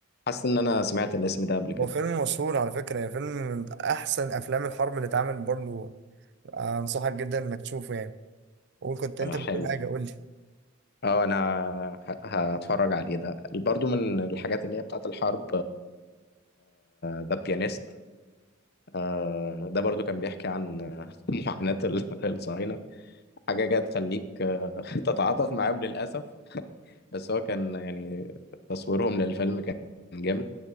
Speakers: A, on the left; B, on the right.
A: حاسس ان انا سمعت الاسم ده قبل كده
B: هو فيلم مشهور على فكرة يعني فيلم من أحسن أفلام الحرب اللي اتعمل برضه أنصحك جدا إنك تشوفه يعني قول كنت
A: آه
B: أنت
A: حلو
B: بتقول حاجة قول لي
A: اه انا ه- هتفرج عليه ده برضو من الحاجات اللي هي بتاعت الحرب ذا بيانيست آه، ده برضو كان بيحكي عن آه، <laughs> معاناة ال- الصهاينة حاجة كده تخليك آه، <laughs> تتعاطف معاهم للأسف بس هو كان يعني تصويرهم للفيلم كان جامد